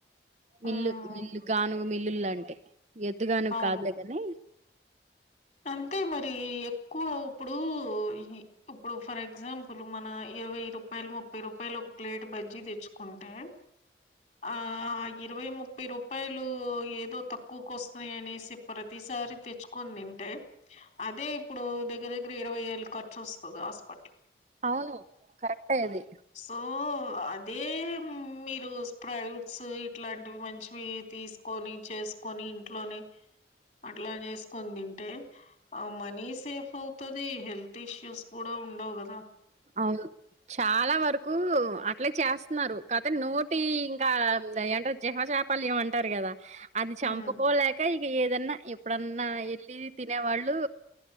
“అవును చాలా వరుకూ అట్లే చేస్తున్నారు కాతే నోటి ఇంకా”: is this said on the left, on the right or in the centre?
Right